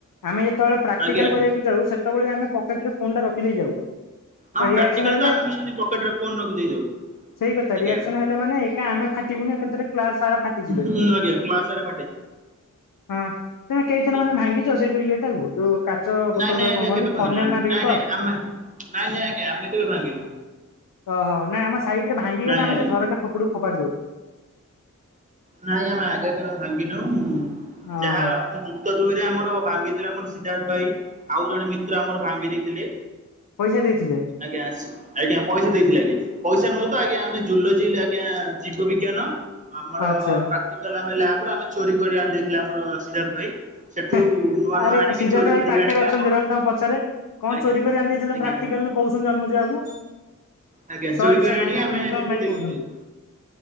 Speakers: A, on the left; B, on the right.
A: ଆମେ ଯେତେବେଳେ ପ୍ରାକ୍ଟିକାଲ
B: ଆଜ୍ଞା
A: କରିବାକୁ ଯାଉ ସେତେବେଳେ ଆମେ ପକେଟରେ ଫୋନ୍ ଟା ରଖିଦେଇ ଯାଉ।
B: ହଁ
A: ରିଆକ୍ସନ
B: ପ୍ରାକ୍ଟିକାଲ
A: ହେଲେ
B: ତ ଆମେ ବି ସେମତି ପକେଟରେ ଫୋନ ରଖିଦେଇ ଯାଉ।
A: ତା
B: ଆଜ୍ଞା
A: ରିଆକ୍ସନ ହେଲା ମାନେ ଏକା ଆମେ ଫାଟିବୁନୁ ଏକଥରେ କ୍ଲାସ ସାରା ଫାଟିଜି
B: ହୁଁ ଆଜ୍ଞା କ୍ଲାସ ସାରା ଫା
A: ହଁ ତମେ କେଇଥର
B: ଆଜ୍ଞା
A: ମାନେ ଭାଙ୍ଗିଛ ସେଇ ଯୋଉ ଇଏଟାକୁ ଯୋଉ କାଚ ବୋତଲ
B: ନାଇଁ ନାଇଁ
A: ତାକୁ
B: ଆଜ୍ଞା
A: କଣ କହନ୍ତି
B: କେବେ ଭାଙ୍ଗିନୁ
A: ଫନେଲ ନା ବିକର?
B: ନାଇଁ ଆମେ ନାଇଁ ନାଇଁ ଆଜ୍ଞା ଆମେ କେବେ ଭାଙ୍ଗିନୁ।
A: ଓହୋ ନାଇଁ ଆମ ସାଇଡରେ ଭାଙ୍ଗିଗଲେ
B: ନାଇଁ
A: ଆମେ
B: ଆଜ୍ଞା
A: ସେ ଝରକା ସେପଟକୁ ଫୋପାଡି ଦଉ।
B: ନାଇଁ ଆମେ ଆଗେ କେବେ ଭାଙ୍ଗିନାଉ
A: ଓହୋ
B: ଯାହା ଆମ ଯେ ଯୁକ୍ତ ଦୁଇରେ ଆମର ଭାଙ୍ଗିଥିଲେ ଆମର ସିଦ୍ଧାର୍ଥ ଭାଇ ଆଉ ଜଣେ ମିତ୍ର ଆମର ଭାଙ୍ଗି ଦେଇଥିଲେ।
A: ପଇସା ଦେଇଥିଲେ।
B: ଆଜ୍ଞା ଆଜ୍ଞା ପଇସା ଦେଇଥିଲେ ଆଜ୍ଞା ପଇସା ନୁହଁ ତ ଆଜ୍ଞା ଆମେ ଜୁଲୋଜି ଆଜ୍ଞା ଜୀବ ବିଜ୍ଞାନ। ଆମର
A: ଆଚ୍ଛା
B: ପ୍ରାଟିକାଲ ଲାବରୁ ଆମେ ଚୋରି କରି ଆଣିଇଦେଇଥିଲେ ଆମର ସିଦ୍ଧାର୍ଥ ଭାଇ। ସେଠୁ
A: ହେ
B: ନୂଆ ନୂଆ
A: ଆରେ
B: ଆଣିକି
A: ସିଦ୍ଧାର୍ଥ
B: ଚୋରି
A: ଭାଇ
B: କରିକି
A: ପାଖରେ
B: ଆଣିକି
A: ଅଛନ୍ତି
B: ଆମ
A: ରହିଲ ତାଙ୍କୁ ପଚାରେ। କଣ
B: ଆଜ୍ଞା
A: ଚୋରି କରି ଆଣିଦେଇଥିଲ
B: ଆଜ୍ଞା
A: ପ୍ରାକ୍ଟିକାଲରୁ କହୁଛନ୍ତି ଜନ୍ମଜୟ ବାବୁ
B: ଆଜ୍ଞା
A: ସରି
B: ଚୋରି କରି
A: ସରି
B: ଆଣି
A: ଆମ
B: ଆମେ
A: ପ୍ରୀତମ
B: ହେଠି
A: ଭାଇ
B: ଦେଇଦେଇଥିଲେ
A: କହୁଛନ୍ତି।